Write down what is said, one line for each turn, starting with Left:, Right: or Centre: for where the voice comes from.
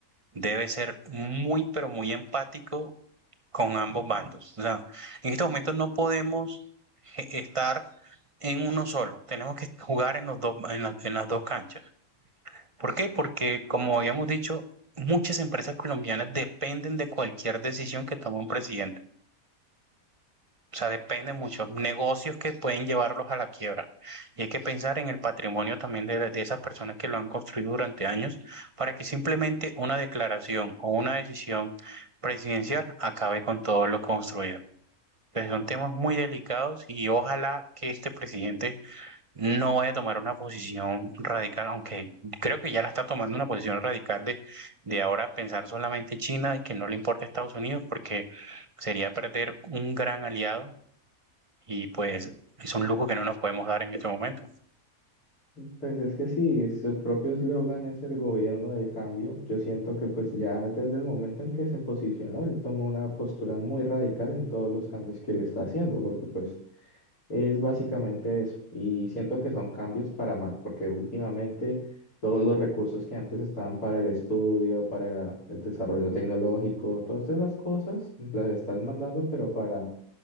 Right: debe ser muy, pero muy empático con ambos bandos. O sea, en este momento no podemos eh, estar en uno solo, tenemos que jugar en, los dos, en, la- en las dos canchas. ¿Por qué? Porque, como habíamos dicho, muchas empresas colombianas dependen de cualquier decisión que tome un presidente. O sea, dependen muchos negocios que pueden llevarlos a la quiebra. Y hay que pensar en el patrimonio también de, de esas personas que lo han construido durante años para que simplemente una declaración o una decisión presidencial acabe con todo lo construido. Pues son temas muy delicados y ojalá que este presidente no vaya a tomar una posición radical, aunque creo que ya la está tomando una posición radical de, de ahora pensar solamente China y que no le importa Estados Unidos, porque sería perder un gran aliado y pues es un lujo que no nos podemos dar en este momento.
Left: Pues es que si su propio eslogan es el gobierno del cambio, yo siento que pues ya desde el momento en que se posicionó, él tomó una postura muy radical en todos los cambios que él está haciendo, porque pues es básicamente eso. Y siento que son cambios para mal, porque últimamente todos los recursos que antes estaban para el estudio, para el desarrollo tecnológico, todas esas cosas las estás mandando, pero para